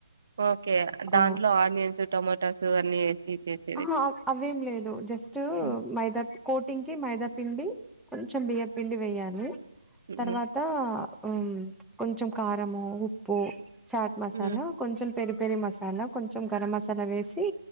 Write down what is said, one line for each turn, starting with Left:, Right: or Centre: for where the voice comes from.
Right: ఓకే దాంట్లో
Centre: ఆ
Right: ఆనియన్స్ టొమటాస్ అన్ని ఏసి చేసేది
Centre: ఆహా అవేం లేదు జస్ట్
Right: హ్మ్
Centre: మైదా కోటింగ్కికి మైదా పిండి కొంచెం బియ్య పిండి వేయ్యాలి
Right: హ్మ్
Centre: తర్వాత హ్మ్ కొంచెం కారము ఉప్పు చాట్ మసాలా
Right: హ్మ్
Centre: కొంచెం పెరి పెరి మసాలా కొంచెం గరం మసాలా వేసి